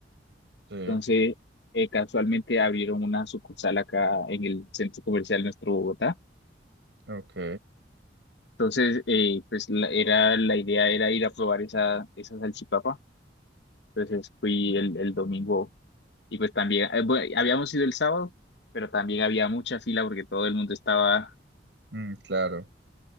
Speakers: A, on the right; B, on the left.
A: Sí,
B: Entonces, eh, casualmente abrieron una sucursal acá en el centro comercial nuestro Bogotá.
A: ok.
B: Entonces, eh, pues la, era, la idea era ir a probar esa, esa salchipapa. Entonces fui el, el domingo y pues también, eh, bueno, habíamos ido el sábado, pero también había mucha fila porque todo el mundo estaba,
A: Mm, claro,